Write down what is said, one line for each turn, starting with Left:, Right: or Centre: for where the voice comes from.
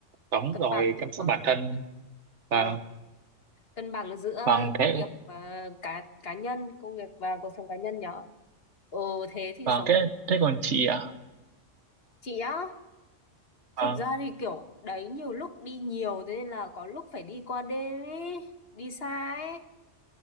Right: sống
Left: cân
Right: rồi
Left: bằng
Right: chăm sóc
Left: ờ,
Right: bản thân.
Left: ờ,
Right: Và
Left: cân bằng giữa
Right: vâng thế
Left: việc và cá cá nhân công việc và cuộc sống cá nhân nhở ừ thế thì
Right: vâng
Left: sống
Right: thế thế còn chị ạ?
Left: chị á thực
Right: Vâng
Left: ra thì kiểu đấy nhiều lúc đi nhiều thế nên là có lúc phải đi qua đêm ấy đi xa ấy